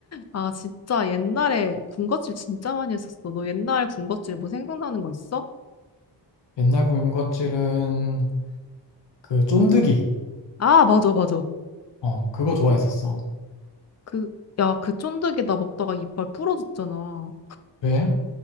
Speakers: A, on the left (about 35°); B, on the left (about 70°).
A: 아 진짜 옛날에 군것질 진짜 많이 했었어. 너 옛날 군것질 뭐 생각나는 거 있어?
B: 옛날 군것질은 그 쫀득이.
A: 아 맞아 맞아.
B: 어, 그거 좋아했었어.
A: 그, 야, 그 쫀득이 나 먹다가 이빨 부러졌잖아.
B: 왜?